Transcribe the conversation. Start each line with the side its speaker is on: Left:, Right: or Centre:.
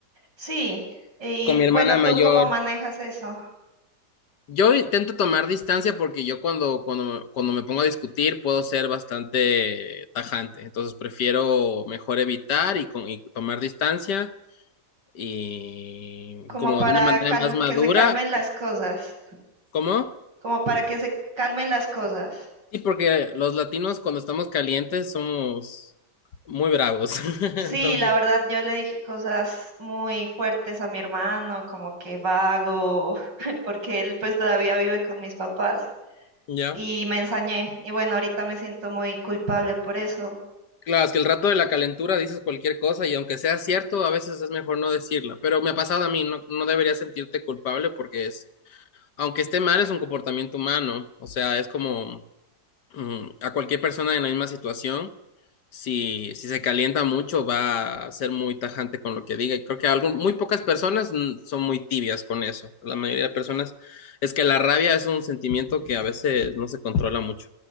Right: Sí, y
Left: Con mi
Right: bueno,
Left: hermana
Right: ¿tú
Left: mayor.
Right: cómo manejas eso?
Left: Yo intento tomar distancia porque yo cuando, cuando, cuando me pongo a discutir puedo ser bastante tajante, entonces prefiero mejor evitar y, con- y tomar distancia y
Right: Como
Left: como
Right: para
Left: de una manera
Right: calm-
Left: más madura.
Right: que se calmen las cosas,
Left: ¿Cómo?
Right: como para que se calmen las cosas.
Left: Sí, porque los latinos cuando estamos calientes somos muy bravos. <laughs>
Right: Sí,
Left: Entonces,
Right: la verdad, yo le dije cosas muy fuertes a mi hermano, como que vago, <laughs> porque él pues todavía vive con mis papás
Left: ya.
Right: y me ensañé. Y bueno, ahorita me siento muy culpable por eso.
Left: Claro, es que el rato de la calentura dices cualquier cosa y aunque sea cierto, a veces es mejor no decirla. Pero me ha pasado a mí, no, no deberías sentirte culpable porque es, aunque esté mal, es un comportamiento humano. O sea, es como mm, a cualquier persona en la misma situación, si, si se calienta mucho, va a ser muy tajante con lo que diga. Y creo que algún- muy pocas personas mm, son muy tibias con eso. La mayoría de personas es que la rabia es un sentimiento que a veces no se controla mucho.